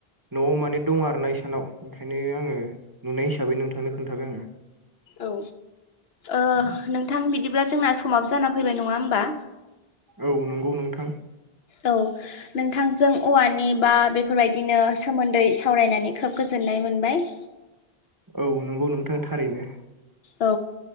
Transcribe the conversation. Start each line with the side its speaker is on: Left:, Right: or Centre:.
Right: न'आव माने दं आरो ना इसानाव ओंखायनो आङो नुनाय हिसाबै नोंथांनो खोन्थाबाय आङो।
Left: औ ओ
Right: उम,
Left: नोंथां बिदिब्ला जोंना समाबो जाना फैबाय नङा होम बा
Right: औ नंगौ नोंथां।
Left: औ नोंथांजों औवानि बा बेफोरबायदिनो सोमोन्दै सावरायनानै खोब गोजोन नाय मोनबाय।
Right: औ नंगौ नोंथां थारैनो।
Left: औ